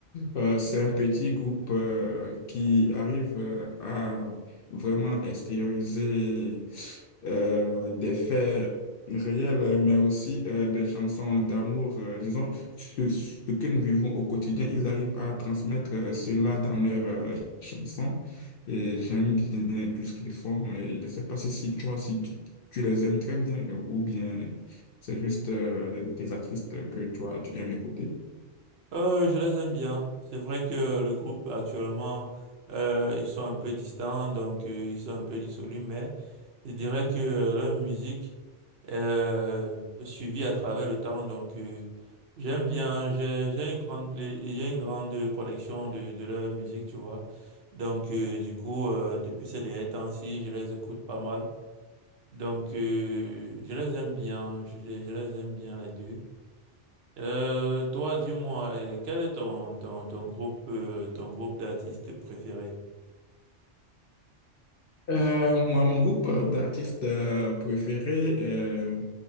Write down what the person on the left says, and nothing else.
euh, c'est un petit groupe euh, qui arrive euh, à vraiment extérioriser euh, des faits réels, mais aussi euh, des chansons d'amour. euh, disons, ce, ce que nous vivons au quotidien, ils arrivent à transmettre euh, cela dans leurs euh, chansons. Et j'aime bien tout ce qu'ils font. Et je ne sais pas si, si, tu vois, si tu, tu les aimes très bien euh, ou bien c'est juste euh, des, des artistes que toi, tu aimes écouter?
Euh, moi, mon groupe euh, d'artistes euh, préférés, euh,